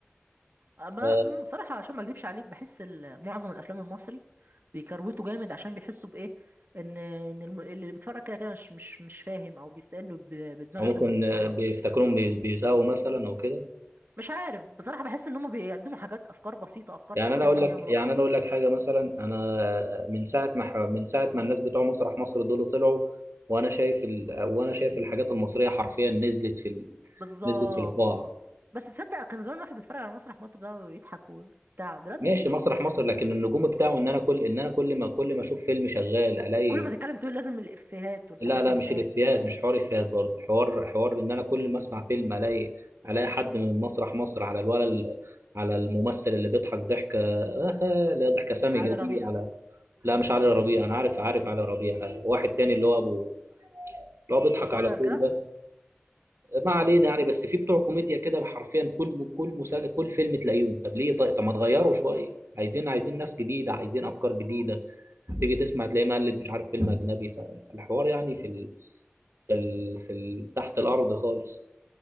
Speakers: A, on the right (about 55°); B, on the right (about 85°).
A: أما-
B: ف...
A: أمم، صراحه عشان ما اكذبش عليك بحس ال- معظم الافلام المصري بيكروتوا جامد عشان بيحسوا بايه ان ان الم- اللي بيتفرج كده كده مش مش مش فاهم او بيستقلوا ب- بدماغ
B: او ممكن
A: الناس اللي بتتفرج
B: بيفتكرهم بي- بيساووا مثلا او كده
A: مش عارف بصراحه بحس ان هم بيقدموا حاجات افكار بسيطه افكار
B: يعني
A: سطحيه
B: انا اقول
A: معظم
B: لك
A: الوقت
B: يعني انا اقول لك حاجه مثلا انا من ساعه ما ح- من ساعه ما الناس بتوع مسرح مصر دول طلعوا وانا شايف ال... وانا شايف الحاجات المصريه حرفيا نزلت في ال...
A: بالظبط
B: نزلت في القاع
A: بس تصدق كان زمان الواحد بيتفرج على مسرح مصر ده ويضحك وبتاع دلوقتي
B: ماشي مسرح مصر لكن النجوم بتاعه ان انا كل ان انا كل ما كل ما اشوف فيلم شغال الاقي
A: كل ما تتكلم تقول لازم الافيهات والحاجات
B: لا لا
A: دي
B: مش
A: تتقال
B: الافيهات مش حوار افيهات برضه حوار حوار ان انا كل ما اسمع فيلم الاقي الاقي حد من مسرح مصر على الولد على الممثل اللي بيضحك ضحكه <laughs> لا ضحكه سامجه
A: علي ربيع
B: دي على لا مش علي ربيع انا عارف عارف علي ربيع آه، واحد تاني اللي هو ابو اللي هو بيضحك
A: قصير
B: على طول
A: كده
B: ده ما علينا يعني بس في بتوع كوميديا كده حرفيا كل كل مسلسل كل فيلم تلاقيهم طب ليه طيب طب ما تغيروا شويه عايزين عايزين ناس جديده عايزين افكار جديده تيجي تسمع تلاقيه مقلد مش عارف فيلم اجنبي ف- فالحوار يعني في ال... في ال... في ال... تحت الارض خالص